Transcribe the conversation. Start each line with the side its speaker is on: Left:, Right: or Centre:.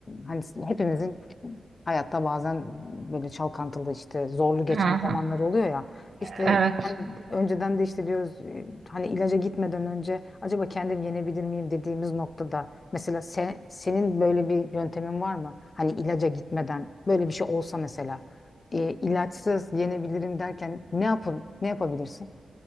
Left: hani hepimizin hayatta bazen böyle çalkantılı işte zorlu geçen
Right: Hı
Left: zamanlar
Right: hı.
Left: oluyor ya. İşte
Right: Evet.
Left: hani önceden de işte diyoruz e, hani ilaca gitmeden önce acaba kendim yenebilir miyim dediğimiz noktada mesela se- senin böyle bir yöntemin var mı? Hani ilaca gitmeden böyle bir şey olsa mesela e, ilaçsız yenebilirim derken ne yapın ne yapabilirsin?